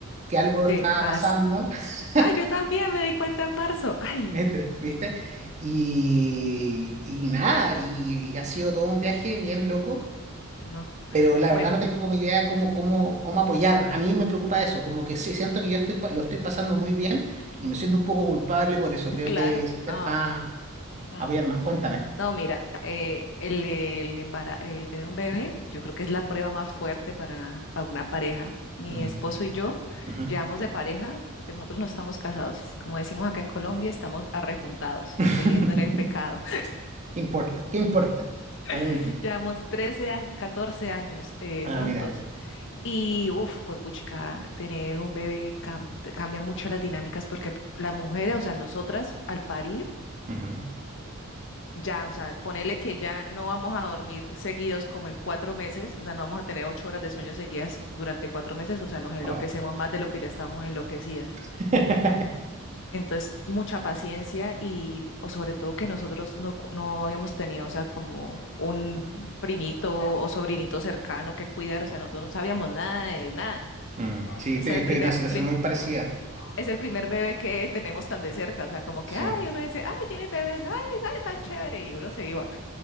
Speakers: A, on the right; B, on the left.
A: que algo
B: Sí,
A: estaba
B: as-
A: pasando, <laughs>
B: Ay, yo también me di cuenta en marzo. Ay,
A: mete, ¿viste? Y, y nada, y, y ha sido todo un viaje bien loco,
B: no.
A: pero la
B: Bueno,
A: verdad no tengo como idea cómo, cómo, cómo apoyar. A mí me preocupa eso, como que sí, siento que yo estoy, pa- lo estoy pasando muy bien y me siento un poco culpable por eso.
B: <laughs>
A: Creo
B: claro,
A: que debería
B: no.
A: ser más.
B: Mm.
A: apoyar más. Cuéntame.
B: No, mira, eh, el, el embara- eh, tener un bebé, yo creo que es la prueba más fuerte para, para una pareja. Mi
A: Mm.
B: esposo y yo
A: Ujú.
B: llevamos de pareja porque nosotros no estamos casados. Como decimos acá en Colombia, estamos arrejuntados,
A: <laughs>
B: viviendo en el pecado.
A: ¿Qué importa? ¿Qué importa? Da lo
B: <laughs>
A: mismo.
B: Llevamos 13 años, 14 años eh,
A: Ah,
B: juntos.
A: mira.
B: Y, uff, fue puchica, tener un bebé cam- cambia mucho las dinámicas porque las mujeres, o sea, nosotras al parir,
A: Ujú.
B: Ya, o sea, ponerle que ya no vamos a dormir seguidos como en cuatro meses, o sea, no vamos a tener ocho horas de sueño seguidas durante cuatro meses, o sea, nos enloquecemos
A: Wow.
B: más de lo que ya estamos enloquecidas.
A: <laughs>
B: Entonces, mucha paciencia y, o sobre todo que nosotros no, cu- no habíamos tenido, o sea, como un primito o sobrinito cercano que cuidar, o sea, nosotros no sabíamos nada de nada.
A: Mm, Sí, estoy,
B: Ese era
A: estoy
B: el primer,
A: en una situación
B: prim-
A: muy parecida.
B: es el primer bebé que tenemos tan de cerca, o sea, como
A: Sí.
B: que, ay, uno dice, ay, tienen bebés, ay, ay, tan chévere, y uno se iba.